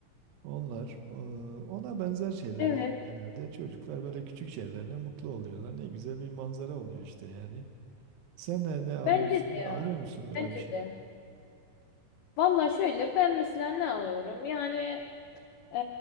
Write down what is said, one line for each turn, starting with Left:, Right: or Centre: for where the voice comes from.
Right: Onlar e, ona benzer şeyler
Left: Evet.
Right: yani genelde çocuklar böyle küçük şeylerle mutlu oluyorlar. Ne güzel bir manzara oluyor işte yani. Sen de ne alıyorsun?
Left: Bence de
Right: ve
Left: ya.
Right: Alıyor musun böyle
Left: Bence
Right: bir şey?
Left: de. Valla şöyle ben mesela ne alıyorum? Yani Ee,